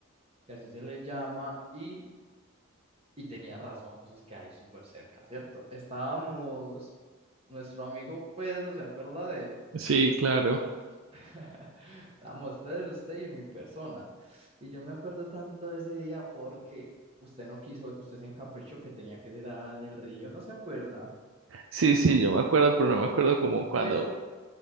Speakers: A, on the right; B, on the right.
A: que así se le llama, y, y tenía razón, pues es que ahí súper cerca, ¿cierto? Estábamos, nuestro amigo Pedro, ¿se acuerda de él?
B: Sí, claro.
A: <laughs> Estábamos Pedro, usted y mi persona. Y yo me acuerdo tanto de ese día porque usted no quiso, usted se encaprichó que tenía que ser ah, en el río, ¿no se acuerda?
B: Sí, sí, yo me acuerdo, pero no me acuerdo como cuando
A: Pero